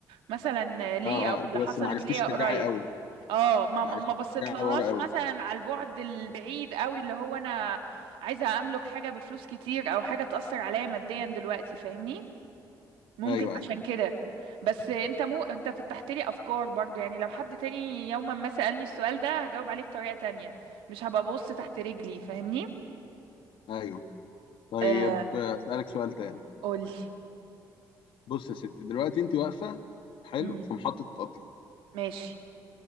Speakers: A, on the right; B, on the left.
A: مثلا ليا
B: اه
A: او
B: اه انت
A: اللي
B: بس
A: حصلت
B: ما عرفتيش
A: ليا
B: ترجعي
A: قريب
B: قوي
A: اه ما
B: ما
A: ما
B: عرفتيش
A: ما بصيت
B: ترجعي
A: لهاش
B: ورا قوي
A: مثلا على البعد البعيد قوي اللي هو انا عايزة املك حاجة بفلوس كتير او حاجة تأثر عليا ماديا دلوقتي فاهمني ممكن
B: ايوه ايوه
A: عشان كده بس انت مو انت فتحت لي افكار برضو يعني لو حد تاني يوما ما سألني السؤال ده هجاوب عليه بطريقة تانية مش هبقى ببص تحت رجلي فاهمني
B: ايوه طيب
A: آه
B: آه، اسالك سؤال تاني
A: قولي
B: بص يا ستي دلوقتي انت واقفه حلو
A: امم
B: في محطه قطر
A: ماشي